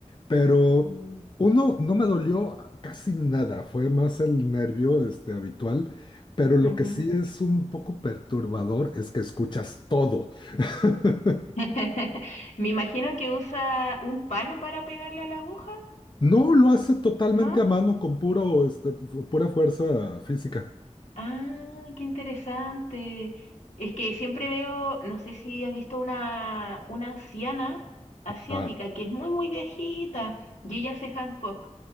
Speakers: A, on the left; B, on the left.
A: pero
B: ujú,
A: uno, no me dolió casi nada, fue más el nervio, este, habitual, pero lo
B: ujú.
A: que sí es un poco perturbador es que escuchas todo. <laughs>
B: <laughs> Me imagino que usa un palo para pegarle a la aguja,
A: No, lo hace totalmente
B: ¿no?
A: a mano, con puro, este, fu- pura fuerza física.
B: Ah, qué interesante. Es que siempre veo, no sé si has visto una, una anciana asiática
A: Ah,
B: que es muy, muy viejita y ella hace handpok,